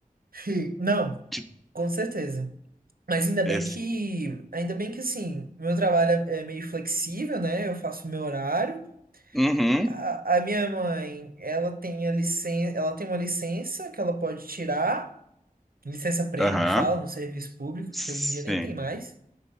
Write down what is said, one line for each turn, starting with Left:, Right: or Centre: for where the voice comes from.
Right: <laughs> Não,
Centre: Tipo,
Right: com certeza. Mas ainda bem
Centre: Esse.
Right: que, ainda bem que assim, meu trabalho é é meio flexível, né? Eu faço o meu horário.
Centre: Uhum.
Right: A, a minha mãe, ela tem a licença, ela tem uma licença que ela pode tirar, licença prêmio
Centre: Aham.
Right: que fala no serviço público,
Centre: Sim,
Right: que hoje em dia nem tem mais.